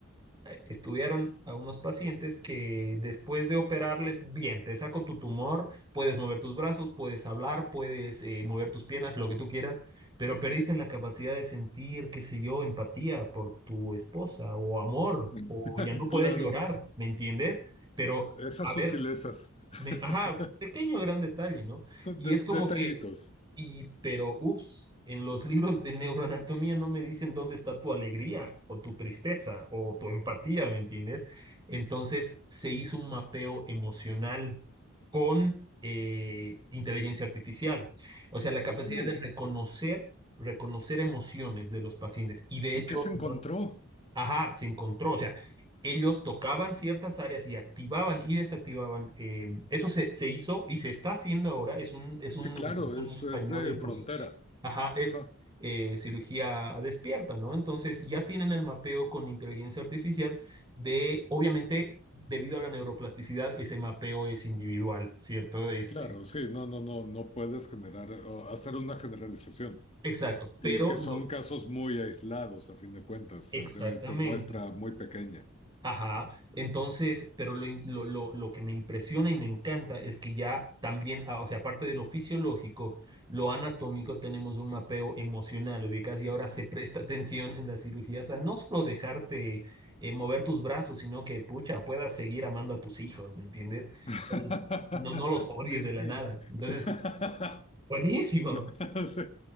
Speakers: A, on the right; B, on the left.
A: eh, estudiaron a unos pacientes que después de operarles, bien, te saco tu tumor, puedes mover tus brazos, puedes hablar, puedes eh, mover tus piernas, lo que tú quieras, pero perdiste la capacidad de sentir, qué sé yo, empatía por tu esposa o amor,
B: Mm.
A: o ya no puedes
B: Claro.
A: llorar, ¿me entiendes? Pero,
B: Esas
A: a
B: sutilezas,
A: ver,
B: <laughs>
A: me, ajá, pequeño gran detalle, ¿no?
B: De-
A: Y es como
B: detallitos.
A: que y, pero, ups, en los libros de neuroanatomía no me dicen dónde está tu alegría o tu tristeza o tu empatía, ¿me entiendes? Entonces se hizo un mapeo emocional con eh, inteligencia artificial. O sea, la capacidad
B: Oh,
A: de reconocer, reconocer emociones de los pacientes. Y de
B: ¿y
A: hecho,
B: qué se encontró?
A: no Ajá, se encontró, o sea, ellos tocaban ciertas áreas y activaban y desactivaban. eh, eso se, se hizo y se está haciendo ahora. Es un, es un,
B: Sí, claro,
A: un
B: es,
A: español
B: es de
A: incluso.
B: frontera.
A: Ajá,
B: Ajá,
A: es eh, cirugía despierta, ¿no? Entonces ya tienen el mapeo con inteligencia artificial de, obviamente, debido a la neuroplasticidad, ese mapeo es individual, ¿cierto? Es
B: claro,
A: eh,
B: sí, no, no, no, no puedes generar o hacer una generalización.
A: exacto,
B: Y
A: pero
B: que son
A: lo...
B: casos muy aislados, a fin de cuentas,
A: Exactamente.
B: eh, debe ser muestra muy pequeña.
A: Ajá, entonces, pero lo, in- lo, lo, lo que me impresiona y me encanta es que ya también, ah, o sea, aparte de lo fisiológico, lo anatómico, tenemos un mapeo emocional, ubicas, y ahora se presta <laughs> atención en las cirugías a no solo dejarte eh, mover tus brazos, sino que, pucha, puedas seguir amando a tus hijos, ¿me entiendes?
B: <laughs>
A: Pues, no, no los odies
B: Sí,
A: de la
B: sí.
A: nada. Entonces,
B: <laughs>
A: buenísimo,
B: Sí.